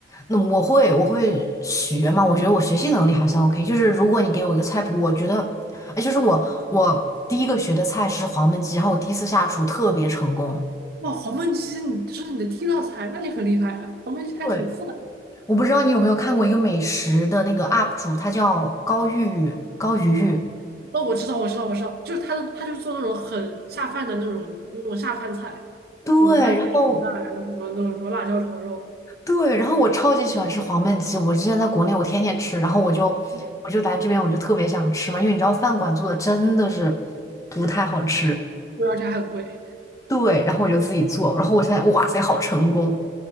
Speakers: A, on the left; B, on the right.
A: 那我会，我会学嘛？我觉得我学习能力还算 OK。就是如果你给我一个菜谱，我觉得，哎，就是我我第一个学的菜是黄焖鸡，然后我第一次下厨特别成功。
B: 哇，黄焖鸡，你这是你的第一道菜，那你很厉害啊！黄焖鸡还挺复杂。
A: 对，我不知道你有没有看过一个美食的那个 UP 主，他叫高玉玉，高鱼玉。
B: 哦，我知道，我知道，我知道，就是他的，他就是做那种很下饭的那种那种下饭菜，
A: 对，
B: 什么番茄炒蛋，
A: 然后
B: 然后什么那种什么辣椒炒肉，
A: 对，然后我超级喜欢吃黄焖鸡，我之前在国内我天天吃，然后我就我就来这边我就特别想吃嘛，
B: 嗯，
A: 因为你知道饭馆做的真的是不太好吃。
B: 对而且还很贵。
A: 对，然后我就自己做，然后我发现哇塞，好成功，